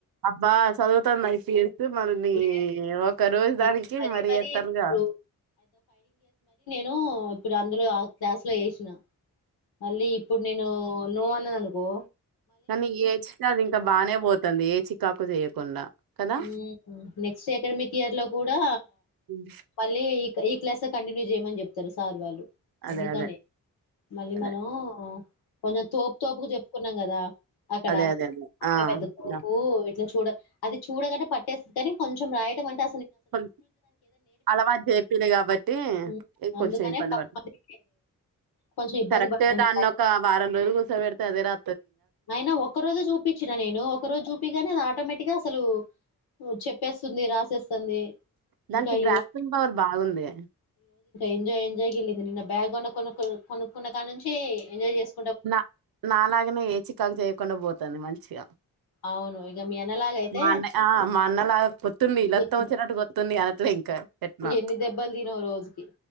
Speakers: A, on the right (about 65°); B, on the left (about 80°).
A: అబ్బా చదువుతన్నాయి స మరినీ
B: లే
A: ఒక రోజు
B: నేను
A: దానికి
B: మరీ
A: మరి
B: మరీ
A: ఎ తరుగా
B: ఇప్పుడు నూ ఇప్పుడు అందులో ఆ క్లాస్ లో ఏశి నా అల్లి ఇప్పుడు నేను నో <inaudible> అనుకో
A: కానీ ఏచినది ఇంకా బాగానే పోతంది ఏచి తకు చేయకుండా కదా!
B: మ్మ్ నెక్స్ట్ అకాడమిక్ ఇయర్ లో కూడా
A: హ్మ్.
B: మళ్ళీ ఈ క్లాస్ కంటిన్యూ చేయమని చెప్ ఇస్తారు సార్ వాళ్ళు
A: అదే.
B: అందుకని
A: అదే.
B: మళ్ళీ
A: అదే.
B: మనం ఓ కొంచెం తోపు తోపుకు చెప్పుకున్నాం కదా అక్కడ
A: అదే. అదే. అదే.
B: అమ్మాయి
A: ఆ!
B: పెద్ద తోపు
A: యాహ్!
B: చూడ అది చూడగానే పట్టేసిద్ధి ఆనీ కొంచెం రాయడం అంట
A: కొం అలవాట్ చేప్పిన కాబట్టి
B: హ్మ్.
A: కొంచెం
B: అందుకనే
A: ఇబ్బంది
B: పాపం
A: పడతంది
B: అది కొంచెం ఇబ్బంది
A: కరెక్ట్గా
B: పడుతుంది.
A: దాన్ని ఒక వారం రోజులు కూస పెడ్ ద రా
B: అయినా ఒక్క రోజు చూపించిన నేను ఒక రోజు చూపిగానే అది ఆటోమేటిక్గా అసలు చెప్పేస్తుంది రాసేస్తుంది
A: దానికి
B: ఇంకా ఈ
A: గ్రాస్పింగ్ పవర్ బాగుంది
B: ఎంజాయ ఎంజాయ్కి వెళ్ళి నిన్న బక్గ్రౌండ్ కొ కొనుక్కున్న కాని నుంచి ఎంజాయ్ చేస్
A: నా నాాలగనే ఏచి ఇక్కగా చేయకుండా పోతంది మంచిగా
B: అవును ఇక మీ అన్నలాగా అయితే
A: మా అన్న ఆ మా అన్న లాగా కొత్తుంది లొత్తం
B: ఎన్ని
A: వచ్చినట్టు కొత్తుంది అనట్లో ఇంకా పెట్నా
B: ఎన్ని దెబ్బలు తినవు రోజుకి